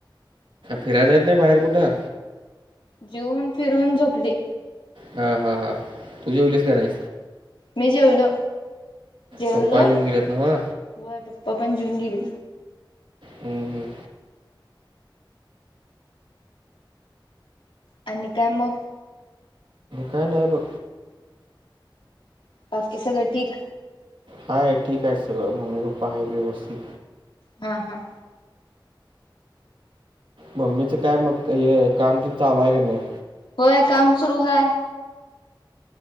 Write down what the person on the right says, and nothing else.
फिरायला जात नाही बाहेर कुठं
हा हा हा, तुझ्या जेवलीस का नाही?
पप्पा जेवून
गेलेत नव्ह?
हम्म हम्म
काय नाही बघ
हाय ठीक आहे सगळं मम्मी पप्पा आहे व्यवस्थित
मम्मीच काय मग, हे काम ते चालू आहे का नाही?